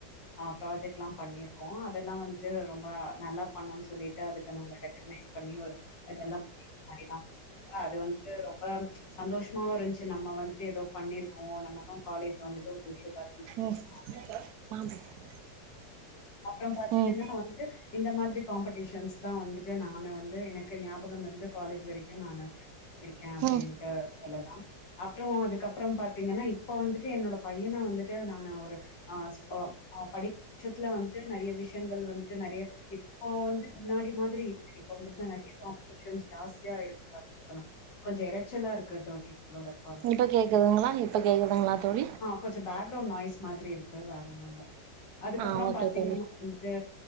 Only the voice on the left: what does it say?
அ ப்ராஜெக்ட்ல்லா பண்ணிருக்கோ அதெல்லா வந்துட்டு ரொம்ப நல்லா பண்ணோ சொல்லிட்டு அதுக்கு நாங்க ரெக னைஷ் பண்ணிட்டு ஒரு <inaudible> ல்லா <inaudible> அது வந்து ரொம்ப சந்தோஷமாவு இருந்ச்சு நம்ம வந்துட்டு ஏதோ பண்ணிருக்கோ நம்மளு காலேஜ்ல வந்துட்டு ஒரு விஷயத்த அச்சீவ் பண்ணிருக்கோ
அப்ரம் பாத்தீங்கன்னா
வந்துட்டு இந்த மாதிரி காம்படிஷன் தா வந்து ட்டு நானு வந்து எனக்கு ஞாபகம் இருந்து காலேஜ் வரைக்கு நானு இருக்கே அப்டின்ட்டு
சொல்லலா அப்றொ அதுக்கப்றொ பாத்தீங்கனா இப்ப வந்துட்டு என்னோட பையன வந்துட்டு நானு ஒரு ஆ ஸ்பேம் அவ படிப் பட்சத்துல வந்துட்டு நறிய விஷயங்கள் வந்துட்டு நறிய இப்போ வந்துட்டு முன்னாடி மாதிரி இப்ப வந்துட்டு நறிய காம்படிஷன்ஸ் ஜாஸ்தியா இருக்கு அப்டின் சொல்லா கொஞ்ச எரெச்சலாருக்கு தோழி உங்களோட கால்.
கொஞ்சொ பேக்ரவுண்ட் நாய்ஸ் மாதிரி இருக்கு வேற ஒன்னு இல்ல அதுக்கப்றொ
பாத்தீங்கனா
வந்துட்டு